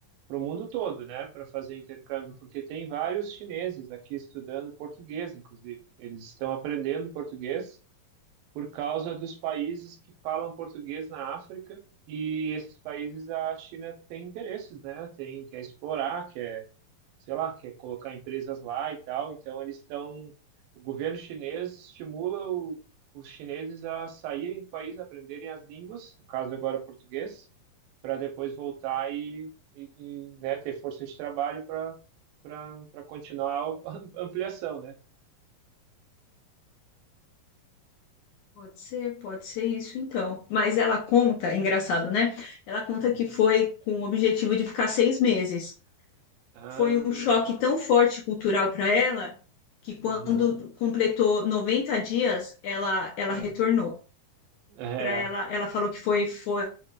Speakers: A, on the right; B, on the left.
A: para o mundo todo, né, para fazer intercâmbio, porque tem vários chineses aqui estudando português, inclusive. Eles estão aprendendo português por causa dos países que falam português na África, e esses países a China tem interesses, né, tem, quer explorar, quer sei lá, quer colocar empresas lá e tal. Então, eles estão. O governo chinês estimula o, os chineses a saírem do país, aprenderem as línguas, no caso agora português, para depois voltar e, e, e, né, ter força de trabalho para para para continuar a <laughs> ampliação, né?
B: Pode ser, pode ser isso então. Mas ela conta, é engraçado, né? Ela conta
A: Uhum.
B: que foi com o objetivo de ficar seis meses.
A: Ah,
B: Foi um choque tão forte cultural para ela que quando
A: uhum.
B: completou 90 dias, ela, ela
A: É,
B: retornou.
A: é,
B: para ela, ela falou que foi, foi